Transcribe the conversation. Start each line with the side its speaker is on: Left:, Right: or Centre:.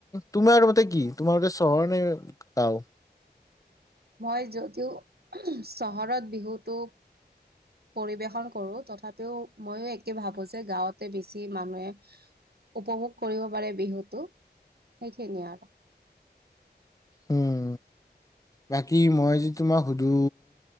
Left: তোমাৰ মতে কি তোমাৰমতে চহৰ গাঁও
Right: মই যদিও চহৰত বিহুটো পৰিৱেশন কৰো তথাপিও ময়ো একে ভাবো যে গাঁৱতে বেছি মানুহে উপভোগ কৰিব পাৰে বিহুটো সেইখিনিয়ে আৰু
Left: উম বাকী মই যি তোমাক সুধো